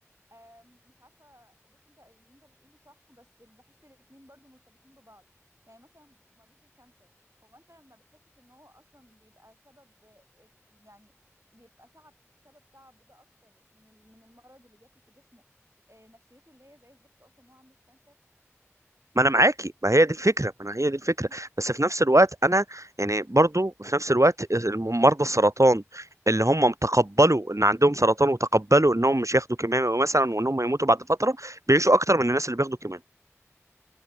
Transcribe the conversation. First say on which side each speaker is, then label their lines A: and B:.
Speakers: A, on the right; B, on the right.
A: آم، مش عارفة بص انت اللي انت بتقوله صح بس اللي بحس الاتنين برضو مرتبطين ببعض يعني مثلا مريض الكانسر هو انت ما بتحسش ان هو اصلا بيبقى سبب آه، ك- يعني بيبقى سبب سبب تعبه ده اكتر من ال- من المرض اللي بياكل في جسمه آه، نفسيته اللي هي زي الزفت اصلا ان هو عنده كانسر
B: ما انا معاكي ما هي دي الفكره ما انا هي دي الفكره بس في نفس الوقت انا يعني برضو في نفس الوقت الم- مرضى السرطان اللي هم تقبلوا ان عندهم سرطان وتقبلوا انهم مش ياخدوا كيماوي مثلا وانهم يموتوا بعد فتره بيعيشوا اكتر من الناس اللي بياخدوا كيماوي